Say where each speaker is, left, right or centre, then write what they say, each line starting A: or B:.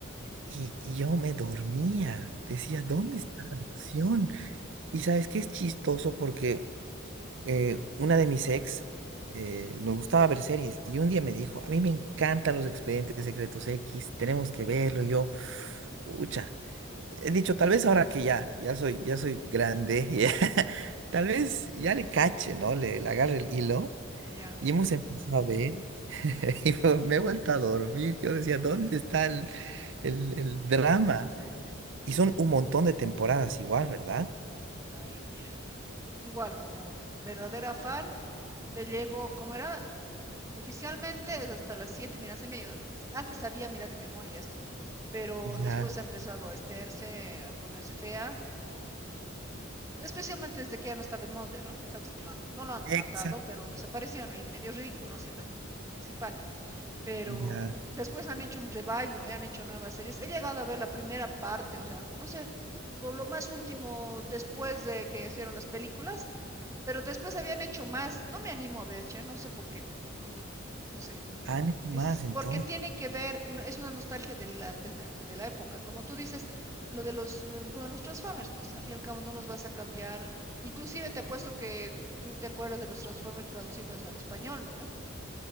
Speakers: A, on the right (about 65°); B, on the right (about 15°).
A: Y, y yo me dormía, decía, ¿dónde está la acción? Y sabes qué es chistoso porque eh, una de mis ex eh, nos gustaba ver series y un día me dijo, a mí me encantan los expedientes secretos X, tenemos que verlo. Y yo, ucha, he dicho, tal vez ahora que ya, ya soy, ya soy grande, <laughs> ya, tal vez ya le cache, ¿no? Le, le agarre el hilo
B: Ya.
A: y hemos empezado a ver. <laughs> Y me he vuelto a dormir. Yo decía, ¿dónde está el, el el drama? Y son un montón de temporadas igual, ¿verdad?
B: Ay, mira, yo. Igual, como verdadera fan, te llego, ¿cómo era? Oficialmente es hasta las siete Mira, se me ha ido. es que antes sabía, mira, de memoria esto. Pero
A: Ya,
B: después ha empezado a esterse, a ponerse fea. Y especialmente desde que ya no estaba el molde, ¿no? Sabes que lo han- no lo han
A: exacto,
B: matado, pero desaparecieron y medio ridículo siendo el el principal. Pero
A: ya.
B: mm, después han hecho un revive, ¿no? ve? Han hecho nuevas series. He llegado a ver la primera parte, o sea, no sé, lo, lo más último después de que hicieron las películas, pero después habían hecho más. No me animo a ver, che, no sé por qué. No, no sé.
A: Ah, ¿no? ¿qué
B: Es
A: más entonces?
B: porque tiene que ver, una- es una nostalgia de la, del ta- de la época. Como tú dices, lo de los, eh, como los Transformers, pues al fin y al cabo no los vas a cambiar. Inclusive te apuesto que tú te acuerdas de los Transformers traducidos al español, ¿no? ve?